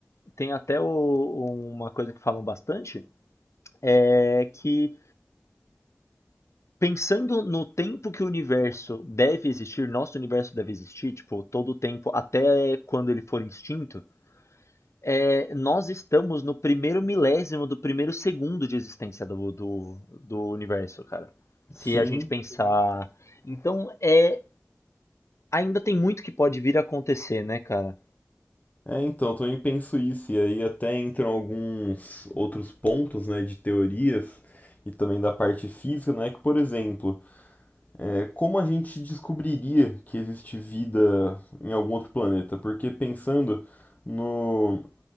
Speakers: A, on the left (about 65°); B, on the left (about 30°).
A: tem até o- uma coisa que falam bastante, é que pensando no tempo que o universo deve existir, nosso universo deve existir, tipo, todo o tempo, até quando ele for extinto, é, nós estamos no primeiro milésimo do primeiro segundo de existência do, do, do universo, cara. Se
B: Sim.
A: a gente pensar. Então, é, ainda tem muito que pode vir a acontecer, né, cara?
B: É, então, eu também penso isso, e aí até entram alguns outros pontos, né, de teorias e também da parte física, né, que, por exemplo, É, como a gente descobriria que existe vida em algum outro planeta? Porque pensando no,